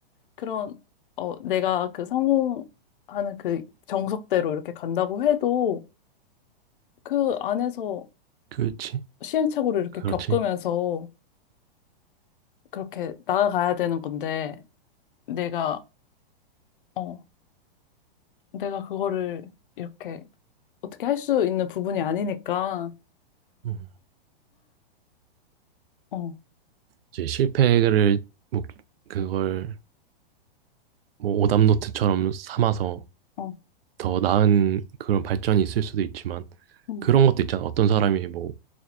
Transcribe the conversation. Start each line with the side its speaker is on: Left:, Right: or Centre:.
Left: 그런, 어, 내가 그 성공하는 그 정석대로 이렇게 간다고 해도, 그 안에서
Right: 그렇지.
Left: 시행착오를 이렇게
Right: 그렇지.
Left: 겪으면서, 그렇게 나아가야 되는 건데, 내가, 어, 내가 그거를 이렇게 어떻게 할 수 있는 부분이 아니니까,
Right: 음.
Left: 어,
Right: 이제 실패를 뭐 그걸 뭐 오답노트처럼 삼아서
Left: 어,
Right: 더 나은 그런 발전이 있을 수도 있지만
Left: 응,
Right: 그런 것도 있잖아. 어떤 사람이 뭐